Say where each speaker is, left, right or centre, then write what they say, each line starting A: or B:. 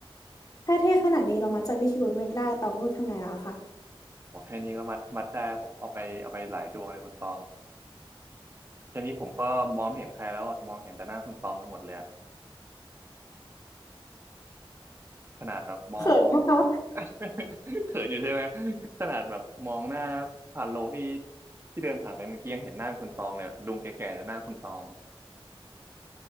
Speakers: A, on the left (about 40°); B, on the right (about 25°).
A: ถ้าเท่ขนาดนี้เรามาใจพี่คิวไม่ได้ตองไม่รู้ทำไงแล้วค่ะ
B: โอ้แค่นี้ก็มัดมัดได้ผมเอาไปเอาไปหลายดวงเลยคุณตองแค่นี้ผมก็มองไม่เห็นใครแล้วอะมองเห็นแต่หน้าคุณตองไปหมดเลยอะขนาดแบบมองมอง
A: เขินนะคะ
B: <laughs> เขินอยู่ใช่ไหมขนาดแบบมองหน้าผ่านโลงที่ที่เดินผ่านไปเมื่อกี้ยังเห็นหน้าคุณตองเลยอะลุงแก่ๆแต่หน้าคุณตอง